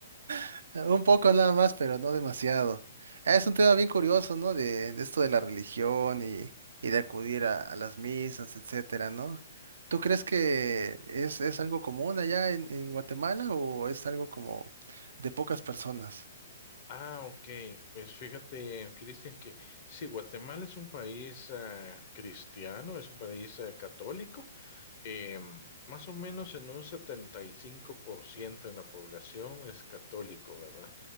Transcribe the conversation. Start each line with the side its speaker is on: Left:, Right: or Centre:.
Right: <laughs> Un poco nada más, pero no demasiado. Es un tema bien curioso, ¿no? De, de esto de la religión y, y de acudir a, a las misas, etcétera, ¿no? ¿Tú crees que es, es algo común allá en, en Guatemala o es algo como de pocas personas?
Left: Ah, ok. Pues fíjate, Cristian, que sí, Guatemala es un país ah, cristiano, es un país ah, católico, eh, más o menos en un 75% en la población es católico, ¿verdad?